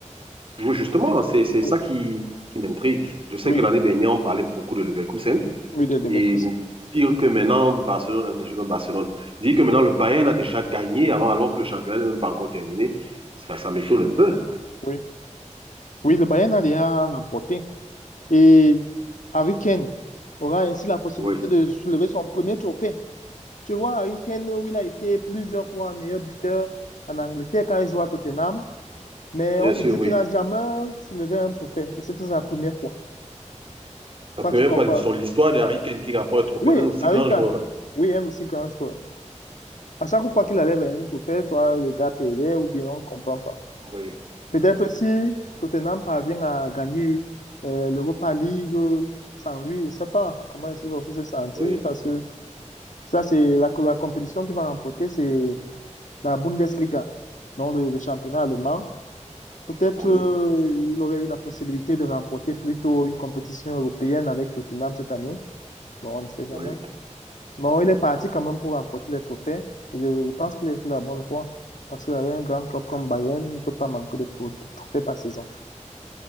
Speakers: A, on the right; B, on the left.
A: Oui, Justement, c'est, c'est
B: Oui,
A: ça qui, qui m'intrigue. Je sais
B: oui,
A: que l'année dernière, on parlait beaucoup de Leverkusen.
B: oui, de Leverkusen.
A: Et dire que maintenant, Barcelone, euh, je dis même Barcelone, dire que maintenant le Bayern a déjà gagné avant, alors que le championnat n'est même pas encore terminé, ça, ça m'étonne un peu.
B: Donc, Oui, oui, le Bayern a déjà remporté. Et Harry Kane aura ainsi la possibilité
A: Oui,
B: de soulever son premier trophée. Tu vois, Harry Kane, où il a été plusieurs fois meilleur buteur en Angleterre quand il jouait à Tottenham. Mais
A: bien
B: on te
A: sûr,
B: dit
A: oui.
B: qu'il n'a jamais soulevé un trophée. Et c'était sa première fois.
A: La
B: Toi,
A: première
B: tu compares.
A: fois de l'histoire l'histoire de Harry Kane qui rapporte un trophée,
B: Oui,
A: un aussi
B: Harry
A: grand
B: Kane,
A: joueur.
B: oui, un aussi grand joueur. À chaque fois qu'il allait vers un trophée, soit les gars perdaient ou bien on ne comprend pas.
A: Oui,
B: Peut-être aussi, Tottenham parvient à gagner euh, l'Europa League euh, sans lui. Je ne sais pas comment il va aussi se sentir
A: oui,
B: parce que ça, c'est la, la compétition qu'il va remporter, c'est la Bundesliga, donc le, le championnat allemand. Peut-être
A: oui,
B: euh, il aurait eu la possibilité de remporter plutôt une compétition européenne avec Tottenham cette année. Bon, on ne sait jamais.
A: oui.
B: Bon, il est parti quand même pour remporter les trophées. Je, je pense qu'il est sur la bonne voie. Parce qu'avec un grand club comme Bayern, il ne peut pas manquer de, pro- de trophées par saison.